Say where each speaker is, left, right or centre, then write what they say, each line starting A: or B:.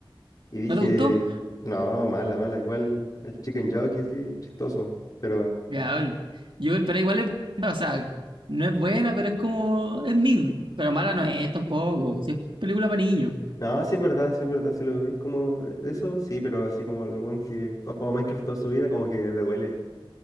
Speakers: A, on the left; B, on the right.
A: y dije,
B: ¿No te gustó?
A: no, mala, mala, igual el chicken jockey así, chistoso, pero
B: Ya, el- yo, pero igual es, buena, o sea, no es buena, pero es como, es mid, pero mala no es tampoco, si es película para niños,
A: no, sí es verdad, sí es verdad, si lo veis como de eso, sí, pero así como el buen que ha jugado Minecraft toda su vida, como que le duele,